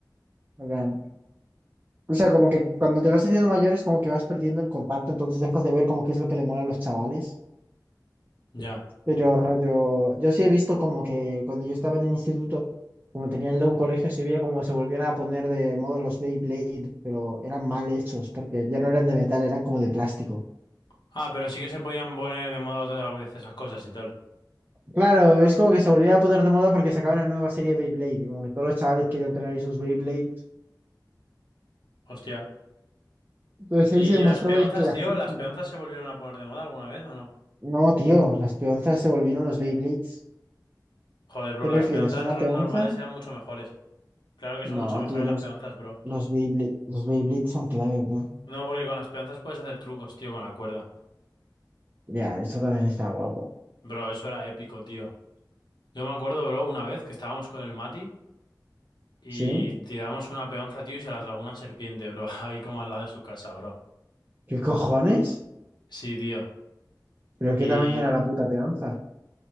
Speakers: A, on the right; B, on the left.
A: hagan. O sea, como que cuando te vas haciendo mayor es como que vas perdiendo el contacto, entonces dejas de ver como que es lo que le mola a los chavales.
B: Ya.
A: Pero rollo, yo sí he visto como que cuando yo estaba en el instituto, como tenía un colegio, se veía como se volvían a poner de moda los Beyblade, pero eran mal hechos, porque ya no eran de metal, eran como de plástico.
B: Ah, pero sí que se podían poner de moda otra vez esas cosas y tal.
A: Claro, es como que se volvía a poner de moda porque sacaban una nueva serie de Beyblade, y como que todos los chavales querían tener ahí sus Beyblades.
B: Hostia.
A: Entonces
B: ¿Y,
A: ahí se demostraba
B: y las peonzas,
A: el clasismo.
B: tío? ¿Las peonzas se volvieron a poner de moda alguna vez o no?
A: No, tío, las peonzas se volvieron los Beyblades.
B: Joder, bro,
A: ¿Qué prefieres,
B: las peonzas
A: una
B: re-
A: peonza?
B: normales eran mucho mejores. Claro que
A: No,
B: son mucho mejores
A: tío, los,
B: las peonzas, bro.
A: los Beyblade- los Beyblades son clave, bro.
B: No, porque con las peonzas puedes hacer trucos, tío, con la cuerda.
A: Ya, eso también está guapo.
B: Bro, eso era épico, tío. Yo me acuerdo, bro, una vez que estábamos con el Mati y
A: ¿Sí?
B: tiramos una peonza, tío, y se la tragó una serpiente, bro, <laughs> ahí como al lado de su casa, bro.
A: ¿Qué cojones?
B: Sí, tío.
A: ¿Pero qué
B: Y
A: tamaño era la puta peonza?